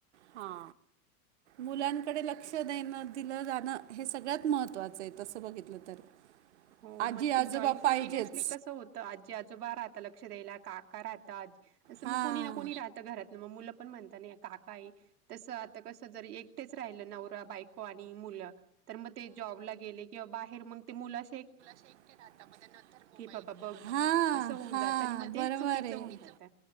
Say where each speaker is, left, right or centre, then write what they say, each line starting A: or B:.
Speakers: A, on the right; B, on the right.
A: हा. मुलांकडे लक्ष देणं, दिलं जाणं. हे सगळ्यात महत्त्वाचं आहे तसं बघितलं तर.
B: <inaudible> हो
A: आजी
B: मग ते
A: आजोबा
B: जॉईंट फॅमिली
A: पाहिजेच
B: असली की कसं होतं आजी आजोबा राहता लक्ष द्यायला काका राह तात तसं
A: हां
B: मग कोणी ना कोणी राहत घरातलं मग मुलं पण म्हणता ना काका आहे तसं त कसं जर एकटेच राहिलं नवरा बायको आणि मुलं तर मग ते जॉबला गेले किंवा बाहेर मग ते मुलं अश
A: शी एकटी राहता मग नंतर मोबाईल,
B: बाबा बघ
A: हा
B: असं होऊन
A: हा
B: जातं आणि मग ते
A: बरोबर
B: चुकीचं
A: आहे.
B: होऊन जातं